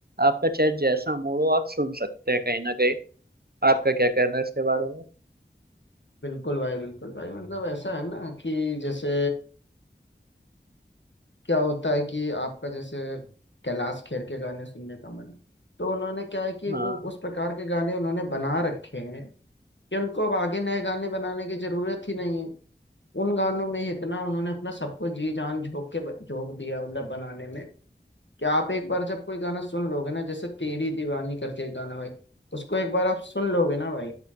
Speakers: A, on the right; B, on the left.
A: आपका चाहे जैसा मूड हो आप सुन सकते हैं कहीं ना कहीं आपका क्या कहना है इसके बारे में
B: बिल्कुल भाई बिल्कुल भाई मतलब ऐसा है ना कि जैसे क्या होता है कि आपका जैसे कैलाश खेर के गाने सुनने का मन है तो उन्होंने क्या है कि वो
A: हाँ।
B: उस प्रकार के गाने उन्होंने बना रखे हैं कि उनको अब आगे नए गाने बनाने की जरूरत ही नहीं है उन गानों में ही इतना उन्होंने अपना सब कुछ जी जान झोंक के ब- झोंक दिया मतलब बनाने में कि आप एक बार जब कोई गाना सुन लोगे ना जैसे तेरी दीवानी करके एक गाना भाई उसको एक बार आप सुन लोगे ना भाई